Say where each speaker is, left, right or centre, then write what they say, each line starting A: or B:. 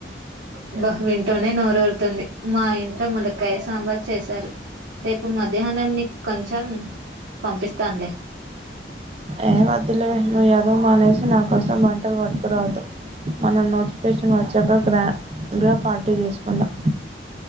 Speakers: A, on the right; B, on the right.
A: అబ్బా వింటూనే నోరొరుతుంది. మా ఇంట్లో ములక్కయ సాంబార్ చేశారు. రేపు మధ్యాహ్నాన్ని కొంచెం పంపిస్తానులే.
B: ఏమ్ వద్దులే నువ్వు చేస్తే నువ్వు మానేసి నా కోసం వంటలు పట్టుకురావద్దు. మనం నోటిఫికేషన్ వచ్చాక గ్రాండ్గా పార్టీ చేసుకుందాం.